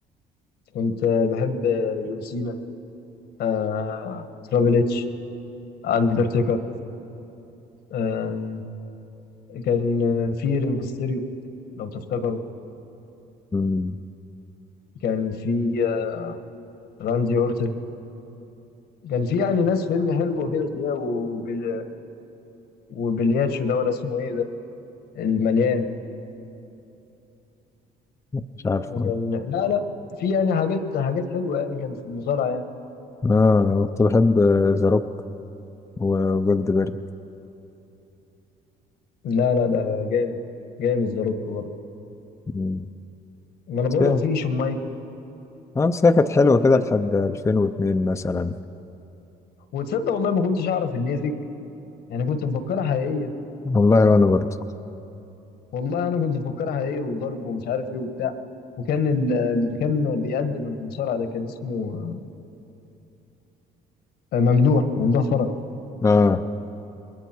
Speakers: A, on the left; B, on the left.
A: كنت بحب جون سينا آه، ترابل اتش اندرتيكر آه، كان في ريمستيريو لو تفتكروا
B: مم،
A: كان في آه، راندي اورتن كان في يعني ناس فيلم حلوة كده تلاقيها وبال... وبلياتشو ده ولا اسمه ايه ده المليان
B: مش عارف
A: وكان
B: والله.
A: لا لا في يعني حاجات حاجات حلوة يعني كان في المصارعة يعني.
B: اه انا كنت بحب ذا روك وجولدبرج
A: لا لا ده جامد جامد ذا روك برضه
B: مم،
A: ما انا بقول
B: بس هي-
A: لو في شون مايكل
B: اه بس هي كانت حلوة كده
A: كان-
B: لحد 2002 مثلا
A: وتصدق والله ما كنتش اعرف ان هي فيك يعني كنت مفكرها حقيقيه
B: والله وانا برضه
A: والله انا كنت مفكرها حقيقيه وضرب ومش عارف ايه وبتاع وكان ال- اللي كان بيقدم المصارع ده كان اسمه آه، ممدوح ممدوح فرج
B: اه